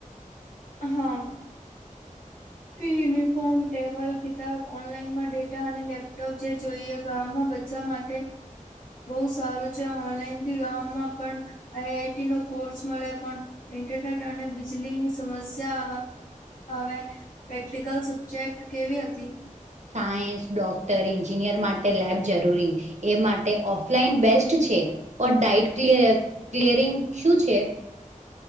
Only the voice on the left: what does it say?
હા. ફી, યુનિફોર્મ, ટેબલ, કિતાબ. ઓનલાઈન માં ડેટા અને લેપ. તો જે જોઈએ ગામમાં બચ્ચા માટે. બહુ સારું છે, ઓનલાઈન થી ગામમાં પણ આઈઆઈટી નો કોર્સ મળે, પણ ઇન્ટરનેટ અને બીજલીની સમસ્યા. હવે પ્રેક્ટિકલ સબ્જેક્ટ કેવી હતી?